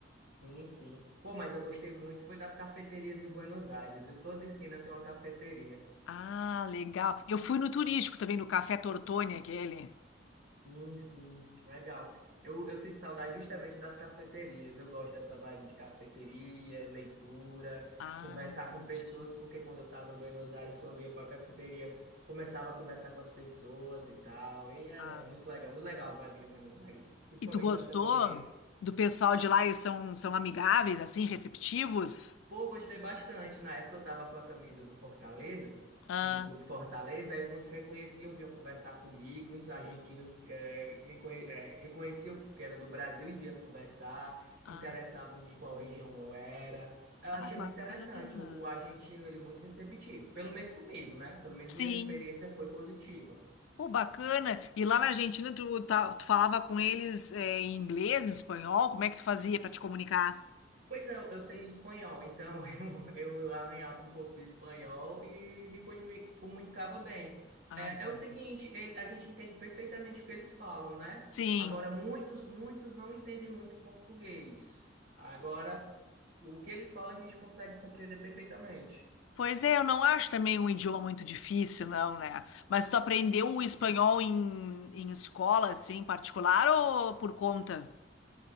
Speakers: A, on the right (about 85°); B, on the left (about 80°).
A: sim, sim. Pô, mas eu gostei muito, foi das cafeterias em Buenos Aires, viu? Toda esquina tem uma cafeteria.
B: Ah, legal. Eu fui no turístico também, no Café Tortoni, aquele.
A: Sim, sim, legal. Eu, eu sinto saudade justamente das cafeterias. Eu gosto dessa vibe de cafeteria, leitura,
B: Ah,
A: conversar
B: entendi.
A: com pessoas, porque quando eu estava em Buenos Aires, quando eu ia para a cafeteria, começava a conversar com as pessoas e tal. E era
B: Ah.
A: muito legal, muito legal a vibe de Buenos Aires, principalmente
B: E tu gostou
A: nas cafeterias.
B: do pessoal de lá? Eles são, são amigáveis, assim, receptivos?
A: Pô, gostei bastante. Na época eu tava com a camisa do Fortaleza,
B: Ah,
A: do Clube Fortaleza, aí muitos reconheciam, vinham conversar comigo, muitos argentinos eh, me conhe- eh, reconheciam que era do Brasil e vinha conversar, se
B: ah,
A: interessavam de qual região eu era. Eu achei
B: ah, bacana.
A: muito interessante. O, o argentino, ele é muito receptivo, pelo menos comigo, né? Pelo menos
B: Sim.
A: minha experiência foi positiva.
B: Pô, bacana. E lá na Argentina, tu, tá- tu falava com eles é, em inglês, em espanhol? Como é que tu fazia para te comunicar?
A: Pois é, eu eu sei espanhol, então <laughs> eu, eu arranhava um pouco do espanhol e me, comu- me comunicava bem.
B: Ah,
A: É,
B: entendi.
A: é o seguinte, ele- a gente entende perfeitamente o que eles falam, né?
B: Sim.
A: Agora, muitos, muitos não entendem muito português. Agora, o que eles falam a gente consegue compreender perfeitamente.
B: Pois é, eu não acho também um idioma muito difícil, não, né? Mas tu aprendeu o espanhol em, em escola, assim, particular ou por conta?